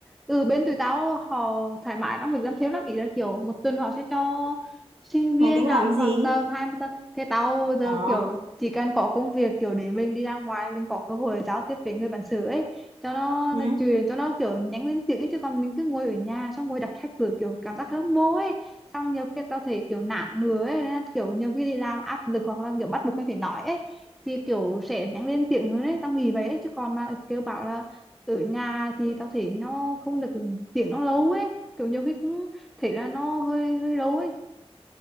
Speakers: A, in the centre; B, on the right (about 60°).
A: ừ bên tụi tao họ thoải mái trong việc làm thêm lắm ý là kiểu một tuần họ sẽ cho sinh viên
B: mày tính
A: làm
B: làm gì
A: khoảng tầm hai mươi giờ thế tao giờ
B: ờ
A: kiểu chỉ cần có công việc kiểu để mình đi ra ngoài mình có cơ hội giao tiếp với người bản xứ ấy cho nó
B: ừ.
A: nó truyền cho nó kiểu nhắn lên tiếng ấy. chứ còn mình cứ ngồi ở nhà xong ngồi đọc sách vừa kiểu cảm giác không vô ấy xong nhiều khi tao thấy kiểu nản nữa ấy nên là kiểu nhiều khi đi làm áp lực hoặc là kiểu bắt buộc mình phải nói ấy thì kiểu sẽ nhắn lên tiếng hơn ấy tao nghĩ vậy ấy. chứ còn mà kêu bảo là ở nhà thì tao thấy nó không được tiếng nó lâu ấy kiểu nhiều khi cũng thấy là nó hơi hơi lâu ấy